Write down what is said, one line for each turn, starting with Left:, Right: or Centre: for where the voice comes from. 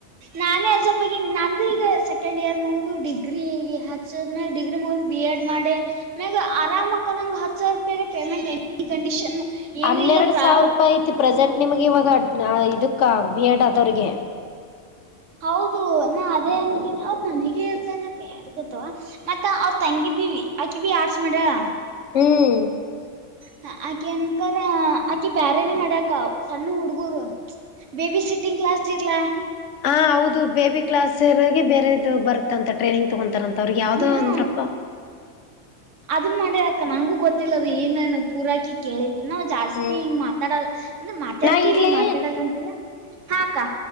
Right: ನಾನೇ ಅಜೊಬ್ಬಗಿ ನಂದು ಈಗ ಸೆಕೆಂಡ್ ಇಯರ್ ಮುಗ್ದ್ ಡಿಗ್ರಿ ಈಗ ಹಚ್ದದ್ಮೇಲ್ ಡಿಗ್ರಿ ಮುಗ್ದ್ ಬಿ ಎಡ್ ಮಾಡಿ ನಂಗ್ ಆರಾಮಕ್ಕನಂಗ್ ಹತ್ ಸಾವಿರ ರೂಪಾಯಿ ಪೇಮೆಂಟ್ ಕಂಡೀಷನ್. ಏನು
Left: ಹನ್ನೆರಡು
Right: ಇಲ್ಲ ಪ್ರಾವ
Left: ಸಾವಿರ ರೂಪಾಯಿ ಐತಿ ಪ್ರೆಸೆಂಟ್ ನಿಮಗ್ ಇವಾಗ ಆ ಇದಕ್ಕ ಬಿ ಎಡ್ ಆದವ್ರಿಗೆ
Right: ಹೌದು ನಾ ಅದೇ ಅಂತೀನಿ ಅವ್ರ್ ನನಿಗೆ ಇರ್ತನ ಯಾರ್ಗೊತ್ತು ಮತ್ತ ಅವ್ರ್ ತಂಗಿ ಬಿ ವಿ ಆಕಿವಿ ಆರ್ಟ್ಸ್ ಮಾಡ್ಯಳ
Left: ಹ್ಮ್
Right: ಹ ಆಕೆ ಅನ್ಕರ ಆಕಿ ಬ್ಯಾರೆನ ಮಾಡ್ಯಾಕ ಸಣ್ಣು ಹುಡ್ಗೂರು ಬೇಬಿ ಸಿಟ್ಟಿಂಗ್ ಕ್ಲಾಸ್ ಸೇರ್ಲಾ
Left: ಹಾ ಹೌದು ಬೇಬಿ ಕ್ಲಾಸೋರಿಗೆ ಬೇರೆ ಇದು ಬರುತ್ತ ಅಂತ ಟ್ರೈನಿಂಗ್ ತಗೊಂತಾರಂತ್ ಅವ್ರಿಗೆ ಯಾವ್ದೋ
Right: ಹ್ಮ್
Left: ಅಂದ್ರಪ್ಪ
Right: ಅದುನ್ ಮಾಡಿ ಅಕ ನಂಗೂ ಗೊತ್ತಿಲ್ಲ ಅದು ಏನು ಏನು ಪೂರಾಕಿ ಕೇಳಿವಿ. ನಾವ್ ಜಾಸ್ತಿ
Left: ಹ್ಮ್
Right: ಹಿಂಗ್ ಮಾತಾಡಲ್ ಅಂದ್ರೆ ಮಾತಾಡ್ತೀವಿ
Left: ನಾ ಇಡ್ಲಿ
Right: ಮಾತಾಡಲ್ಲ ಅಂತಲ್ಲ ಹಾ ಅಕ್ಕ